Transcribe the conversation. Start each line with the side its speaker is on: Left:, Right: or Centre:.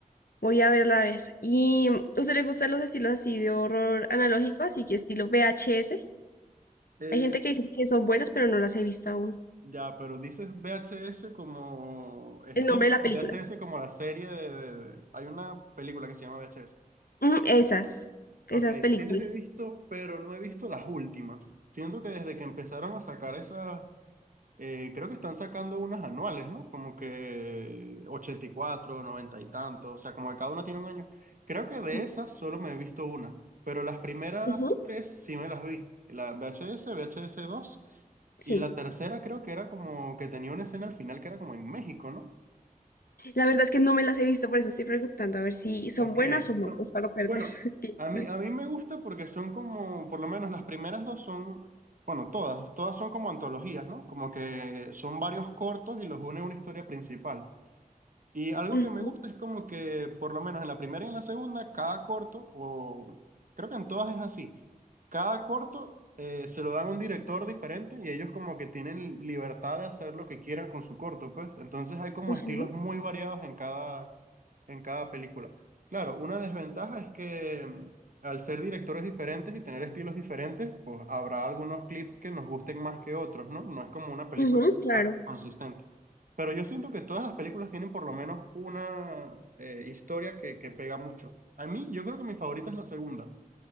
Left: Voy a verla a ver. ¿Y mm, usted le gustan los estilos así de horror analógico, así que estilo VHS?
Right: Es.
Left: Hay gente que dice que son buenas, pero no las he visto aún.
Right: Ya, pero dices VHS como estilo
Left: El nombre de la
Right: o
Left: película.
Right: VHS como la serie de... de- de- Hay una película que se llama VHS.
Left: Ujú, esas,
Right: Ok,
Left: esas películas.
Right: sí las he visto, pero no he visto las últimas. Siento que desde que empezaron a sacar esas, eh, creo que están sacando unas anuales, ¿no? Como que 84, 90 y tanto, o sea, como que cada una tiene un año. Creo que de
Left: Ujú,
Right: esas solo me he visto una, pero las primeras
Left: ujú,
Right: tres sí me las vi. La VHS, VHS dos
Left: Sí.
Right: y la tercera creo que era como que tenía una escena al final que era como en México, ¿no?
Left: La verdad es que no me las he visto, por eso estoy preguntando a ver si son
Right: Ok,
Left: buenas o no,
Right: no.
Left: pues para no perder
Right: Bueno,
Left: <laughs> tiempo.
Right: a mí,
Left: por eso.
Right: a mí me gusta porque son como, por lo menos las primeras dos son, bueno, todas, todas son como antologías, ¿no? Como que son varios cortos y los une una historia principal. Y algo
Left: Ujú,
Right: que me gusta es como que, por lo menos en la primera y en la segunda, cada corto, o creo que en todas es así, cada corto eh, se lo dan a un director diferente y ellos como que tienen libertad de hacer lo que quieran con su corto, pues. Entonces hay como
Left: ujú,
Right: estilos muy variados en cada, en cada película. Claro, una desventaja es que mm, al ser directores diferentes y tener estilos diferentes, pues habrá algunos clips que nos gusten más que otros, ¿no? No es como una película
Left: ujú,
Right: que sea
Left: claro.
Right: consistente. Pero yo siento que todas las películas tienen por lo menos una eh, historia que, que pega mucho. A mí, yo creo que mi favorita es la segunda.